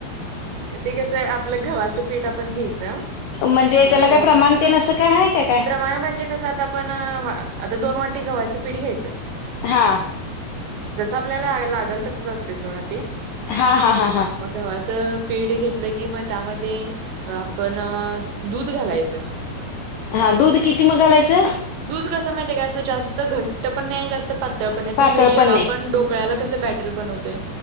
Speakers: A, on the right; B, on the left.
A: ते कसं आपलं गव्हाचं पीठ आपण घ्यायचं.
B: म्हणजे
A: गव्हाच्या
B: त्याला काय प्रमाण तेन असं काय हाय का काय
A: प्रमाण म्हणजे कसं आता पण आता दोन वाटी गव्हाचं पीठ घ्यायचं.
B: हा.
A: जसं आपल्याला लागल तसच असतंय सोडं ते.
B: हा हा हां.
A: म गव्हाचं पिढ घेतलं की म त्यामध्ये अ पण दूध घालायचं.
B: हा दूध किती म घालायचं?
A: दूध कसं माहिताय का असं जास्त घट्ट पण नाय जास्त पातळ पण अस
B: पातळ
A: मिडियम
B: पण
A: आपण
B: नाही
A: डो कळ्याला कस बॅटल बनवतोय